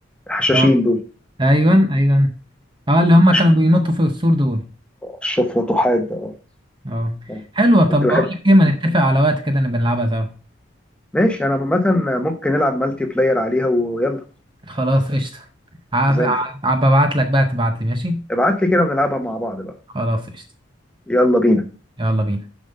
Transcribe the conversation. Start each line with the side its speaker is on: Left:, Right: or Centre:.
Centre: الحشاشين
Right: اه
Centre: دول
Right: ايوه
Centre: آه.
Right: ايوه اه اللي هم
Centre: أش-
Right: كانوا بينطوا في السور دول
Centre: اشرف وتحاد اه
Right: اه
Centre: آه.
Right: حلوه طب
Centre: كنت بحب
Right: بقول لك ايه ما نتفق على وقت كده نبقى نلعبها سوا
Centre: ماشي انا عامه ممكن نلعب مالتي بلاير عليها ويلا
Right: خلاص قشطة عب-
Centre: زي الفل
Right: عب- ببعت لك بقى تبعت لي ماشي
Centre: ابعت لي كده ونلعبها مع بعض بقى
Right: خلاص قشطة
Centre: يلا بينا
Right: يلا بينا